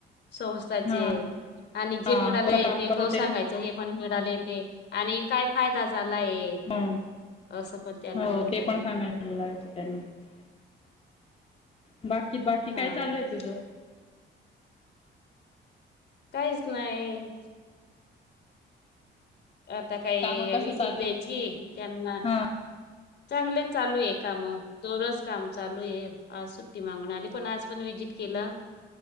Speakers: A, on the left; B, on the left.
A: संस्थाचे
B: हा
A: आणि जे
B: हा
A: मिळाले
B: कसं काम
A: ते
B: करत
A: भ सांगायचं हे पण मिळाले आणि काय फायदा झालाय
B: ह
A: असं पण त्यांना
B: हो
A: बोललंय
B: ते पण सांगायला लावायचं त्यांना - बाकी बाकी काय
A: हा
B: चालूय तुझ
A: काहीच नाई आता काही
B: काम कसं
A: विजिट
B: चालू
A: द्यायची
B: आहे तुझे
A: त्यांना
B: हा
A: चांगले चालूय काय म दरोज काम चालू आहे आज सुट्टी मागून आली पण आज पण विजिट केलं